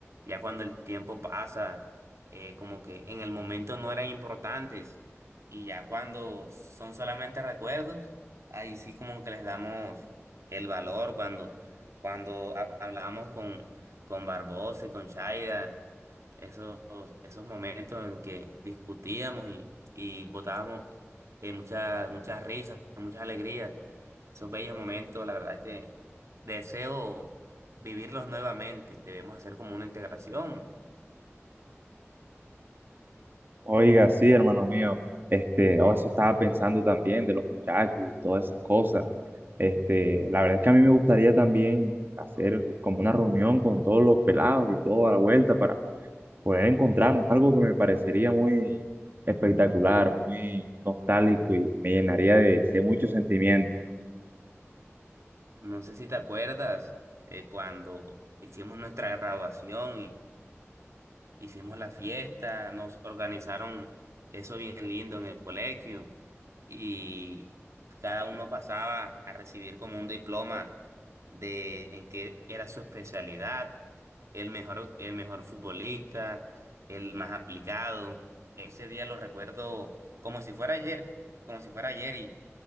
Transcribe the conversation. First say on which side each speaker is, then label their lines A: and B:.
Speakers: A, on the right (about 80°); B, on the right (about 45°).
A: ya cuando el tiempo pasa, eh, como que en el momento no eran importantes y ya cuando son solamente recuerdos, ahí sí como que les damos el valor cuando, cuando ha- hablábamos con, con Barbosa y con Shaida, esos, esos momentos en que discutíamos y, y botábamos eh, muchas, muchas risas, muchas alegrías. Esos bellos momentos, la verdad que deseo vivirlos nuevamente. Debemos hacer como una integración.
B: Oiga, sí, hermano mío. Este, oh, eso estaba pensando también de los muchachos y todas esas cosas. Este, la verdad es que a mí me gustaría también hacer como una reunión con todos los pelados y toda la vuelta para poder encontrarnos, algo que me parecería muy espectacular, muy nostálgico y me llenaría de, de mucho sentimiento.
A: No sé si te acuerdas eh, cuando hicimos nuestra graduación Hicimos la fiesta, nos organizaron eso bien lindo en el colegio y cada uno pasaba a recibir como un diploma de en qué era su especialidad, el mejor, el mejor futbolista, el más aplicado. Ese día lo recuerdo como si fuera ayer, como si fuera ayer y,